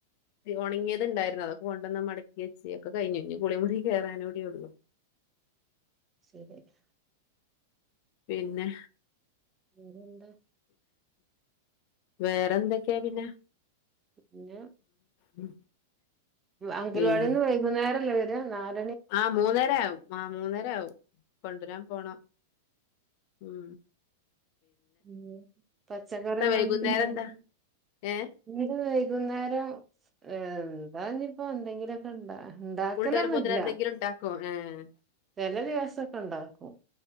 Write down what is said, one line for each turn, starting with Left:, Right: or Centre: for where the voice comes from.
Left: ഉണങ്ങിയത്ണ്ടായിരുന്നു അതൊ കൊണ്ടെന്ന് മടക്കി വച്ചി ഒക്കെ കഴിഞ്ഞു ഇനി കുളികൂടി കേറാനൂടി ഉള്ളു
Right: ശരിയെന്നാ
Left: പിന്നെ
Right: വേറെന്താ
Left: വേറെന്തൊക്കെയാ പിന്നെ
Right: പിന്നെ
Left: ഉം
Right: അംഗനവാടിന്ന്
Left: പിൻ
Right: വൈകുന്നേരല്ലേ വര്ക നല്
Left: ആഹ് മൂന്നര ആകും ആ മൂന്നര ക്കവും കൊണ്ടരാൻ പോണം ഉ
Right: ഉ പച്ചക്കറി ഇന്ന്
Left: വൈകുന്നേരം
Right: കൊണ്ട് പോകും
Left: എന്താ ഏഹ്
Right: ഇന്ന് വൈകുന്നേരം ഏർ വാന്ന് ഇപ്പോ എന്തെങ്കിലുക്കെ ഇണ്ടാ ഉണ്ടാക്കലൊന്നുല്ല
Left: സ്കൂളിട്ട് വരുമ്പോത്തിന് എന്തെങ്കിലും ഇണ്ടാക്കോ ഏഹ്
Right: ചില ദിവസൊക്കെ ഉണ്ടാക്കും